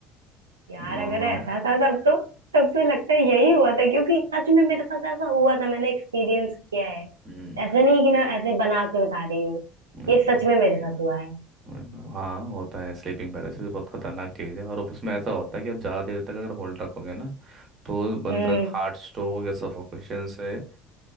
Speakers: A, on the right; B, on the right.
A: यार
B: आ,
A: अगर ऐसा था तब तो तब तो लगता है यही हुआ था क्योंकि सच में मेरे साथ ऐसा हुआ था मैंने एक्सपीरियंस किया है
B: हम्म,
A: ऐसा नहीं है कि मैं ऐसे बना के बता रही हूँ
B: नहीं
A: ये
B: तो
A: सच में मेरे साथ हुआ है
B: वरना- हाँ होता है स्लीपिंग पैरालिसिस बहुत खतरनाक चीज़ है और उसमें ऐसा होता है कि आप ज़्यादा देर तक अगर होल्ड रखोगे ना तो बंदा
A: हम्म
B: हार्ट स्ट्रोक या सफोकेशन से